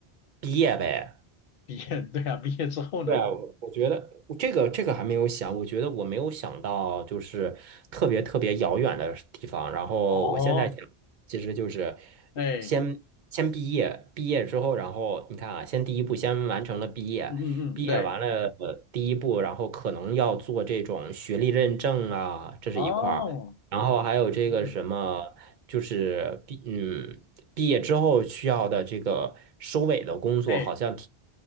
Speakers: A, on the right; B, on the left.
A: 毕业呗。
B: 毕业，对啊，毕业之后呢？
A: 对啊，我我觉得这个这个还没有想，我觉得我没有想到就是特别特别遥远的地方。然后我现在想，
B: 哦，
A: 其实就是
B: 哎，
A: 先先毕业，毕业之后，然后你看啊，先第一步先完成了毕业，
B: 嗯嗯嗯，
A: 毕业完了呃第一步，
B: 对，
A: 然后可能要做这种学历认证啊，这是一块儿。
B: 哦，
A: 然后还有这个什么，
B: 嗯嗯，
A: 就是毕嗯毕业之后需要的这个收尾的工作，
B: 哎，
A: 好像听。